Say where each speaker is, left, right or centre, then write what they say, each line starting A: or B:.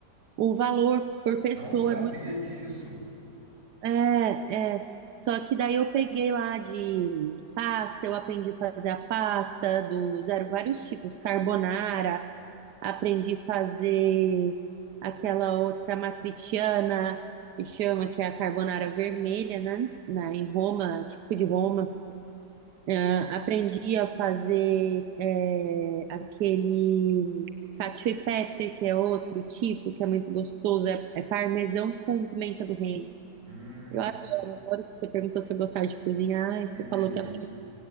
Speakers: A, on the right; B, on the right.
A: o valor por pessoa.
B: Não sabia
A: é muito.
B: disso.
A: É, é. Só que daí eu peguei lá de pasta, eu aprendi a fazer a pasta dos, eram vários tipos, carbonara, aprendi a fazer aquela outra matriciana, que chama, que é a carbonara vermelha, né? Na, em Roma, típico de Roma. Ah, aprendi a fazer é, aquele cacio e pepe, que é outro tipo, que é muito gostoso, é, é parmesão com pimenta do reino.
B: Hum,
A: Eu adoro, adoro que você perguntou se eu gostava de cozinhar, e
B: que
A: você
B: delícia.
A: falou que eu...